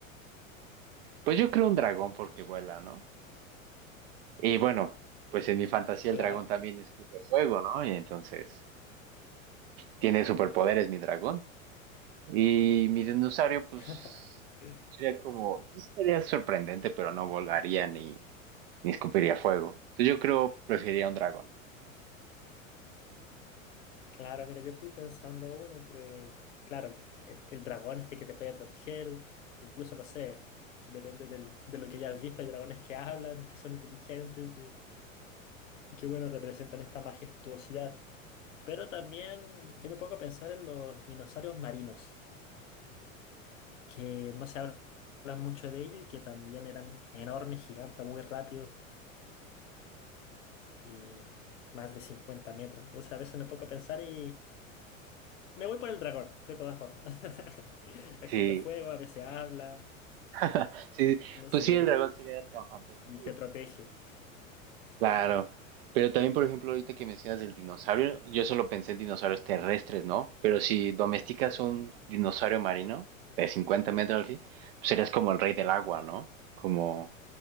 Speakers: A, on the right; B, on the left.
A: pues yo creo un dragón porque vuela, ¿no? Y bueno, pues en mi fantasía
B: Claro.
A: el dragón también escupe fuego, ¿no? Y entonces tiene superpoderes mi dragón. Y mi dinosaurio, pues,
B: <laughs>
A: sería como, sí estaría sorprendente, pero no volaría ni, ni escupiría fuego. Entonces yo creo preferiría un dragón.
B: Claro, mira, yo estoy pensando aún entre, claro, e- el, dragón este que te puede proteger, incluso no sé, depende del- de lo que hayas visto, hay dragones que hablan, que son inteligentes y que, y que bueno, representan esta majestuosidad. Pero también yo me pongo a pensar en los dinosaurios marinos, que no se habla mucho de ellos y que también eran enormes, gigantes, muy rápidos y más de 50 metros. Entonces a veces me pongo a pensar y... Me voy por el dragón, de todas formas. <laughs> Escupe
A: Sí,
B: fuego, a veces habla,
A: <laughs> sí,
B: no
A: pues
B: sé,
A: sí, el dragón sería tan fantástico.
B: y te protege.
A: Claro, pero también, por ejemplo, ahorita que mencionas el dinosaurio, yo solo pensé en dinosaurios terrestres, ¿no? Pero si domesticas un dinosaurio marino de 50 metros, así, pues serías como el rey del agua, ¿no? Como